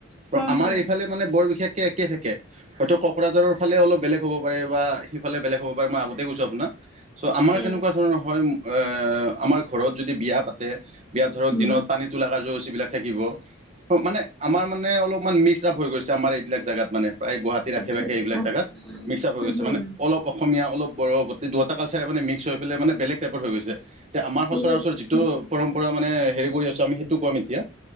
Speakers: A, on the right; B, in the centre.
A: প্ৰ
B: উম
A: আমাৰ
B: হম
A: এইফালে মানে বৰ বিশেষকে একে থাকে, হয়তো ককৰাঝাৰৰ ফালে অলপ বেলেগ হ'ব পাৰে বা সিফালে বেলেগ হব পাৰে মই আগতে গৈছো আপোনাক চ' আমাৰ
B: উম
A: কেনেকুৱা ধৰণৰ হয়, এ আমাৰ ঘৰত যদি বিয়া পাতে বিয়া ধৰক
B: উম
A: দিনত পা পানী তোলা কাৰ্যসুচিবিলাক থাকিব, অ মানে আমাৰ মানে অলপমান মিক্স চাপ হৈ গৈছে আমাৰ এইবিলাক জাগাত মানে প্ৰায় গুৱাহাটীৰ
B: আচ্ছা
A: আশে - পাশে
B: আচ্ছা
A: এইবিলাক জাগাত, মিক্সআপ হৈ
B: উম
A: গৈছে
B: হম
A: মানে অলপ অসমীয়া অলপ বঢ়, গোটেই দুটা কালচাৰে মানে মিক্স হৈ পেলাই মানে বেলেগ টাইপৰ হৈ গৈছে। এতিয়া আমাৰ সচৰাচৰ
B: বুজিছো
A: যিটো পৰম্পৰা মানে হেৰি কৰি আছোঁ আমি সেইটো কম এতিয়া